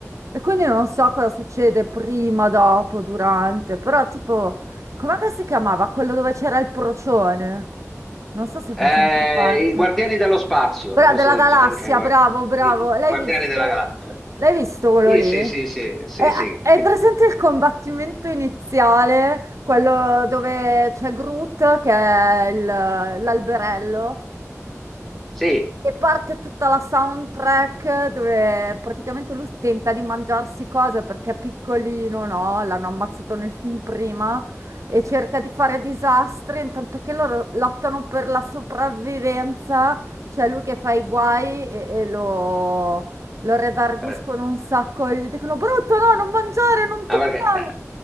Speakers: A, on the right (about 70°); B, in the centre.
A: e quindi non so cosa succede prima, dopo, durante, però tipo, com'è che si chiamava? Quello dove c'era il procione? Non so se
B: Eh,
A: fa sempre parte.
B: i Guardiani dello Spazio,
A: Bra,
B: una cosa
A: della
B: del
A: galassia,
B: genere, i, guar-
A: bravo, bravo.
B: i-
A: L'hai
B: i Guardiani
A: visto?
B: della Galassia.
A: L'hai visto quello
B: Sì,
A: lì?
B: sì, sì, sì, sì,
A: È,
B: sì.
A: è presente il combattimento iniziale, quello dove c'è Groot, che è il- l'alberello?
B: Sì.
A: E parte tutta la soundtrack dove praticamente lui tenta di mangiarsi cose perché è piccolino, no? L'hanno ammazzato nel film prima e cerca di fare disastri, intanto che loro lottano per la sopravvivenza, c'è lui che fa i guai e, e lo, lo redarguiscono
B: Eh.
A: un sacco e gli dicono brutto, no, non mangiare, non toccare.
B: Ah, perché, eh,